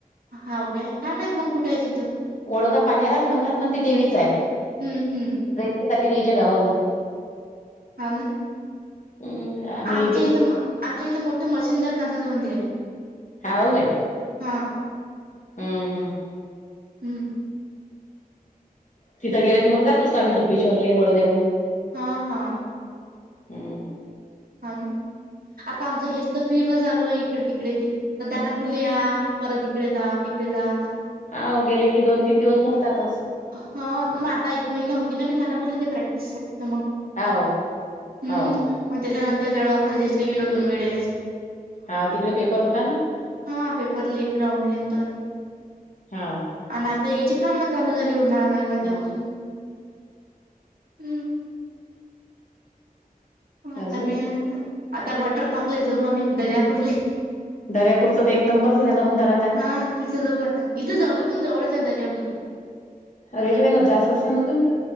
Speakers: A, on the right; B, on the left.
A: हाव काय काय माहिती मग कुठे आहे तिथं
B: वडोदा पानेराच म्हणतात पण ते देवीच आहे.
A: हम्म हम्म
B: ती जाते देईच्या गावाहून.
A: हाव ना
B: हम्म आम्ही
A: आमच्या इथ आमच्या इथ मोठ मसिंदर नाथाच मंदिर आहे.
B: हाव काय?
A: हा
B: हम्म हम्म
A: हम्म
B: तिथे गेलो मग जात असत आम्ही धुपेश्लर वडदेव
A: हा हा
B: हम्
A: हाव ना आता आमच हेच त फिरण चालू आहे इकडे ते तर दना बोलली या परत इकडे जात इकडे जात.
B: हाव गेले की दोन तीन दिवस मोडतातच.
A: हा मग आता एक महिना होती ना मी नानापले ते प्रॅक्टिससाठी तर मग
B: हाव
A: हम्म.
B: हाव
A: मग त्याच्यानंतर जलगावं खानदेशला गेलो दोन वेळेस.
B: हाव तिकडे पेपर होता ना
A: हा पेपरलेक ग्राउंड लेंथन
B: हाव
A: आणि आता याची काम चालू झाली. उन्हाळा लागला तेव्हापासून.
B: हम्म
A: हम आता
B: अजून
A: काय आता. आता वॉटर पार्कले जाऊ आम्ही दर्यापूरले.
B: दर्यापूरचं ते एक नंबरच झाल म्हणतात आता.
A: हा. तिथं जाऊ आता. इथं इथून जवळच हाय दर्यापूर.
B: रेल्वेन जात असल ना तुम्ही?